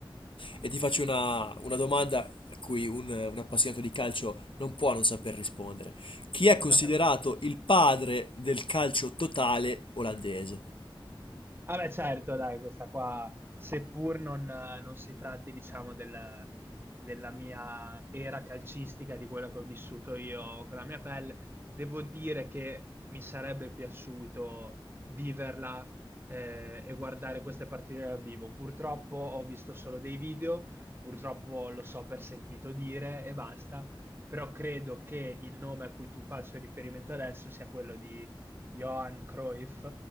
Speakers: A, on the left (about 70°); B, on the right (about 25°).
A: e ti faccio una, una domanda a cui un, un appassionato di calcio non può non saper rispondere. Chi è
B: Sì.
A: considerato
B: <laughs>
A: il padre del calcio totale olandese?
B: Ah beh, certo, dai, questa qua, seppur non, non si tratti, diciamo, del- della mia era calcistica, di quello che ho vissuto io con la mia pelle, devo dire che mi sarebbe piaciuto viverla eh, e guardare queste partite dal vivo. Purtroppo ho visto solo dei video, purtroppo lo so per sentito dire e basta, però credo che il nome a cui tu faccio riferimento adesso sia quello di Johan Cruyff,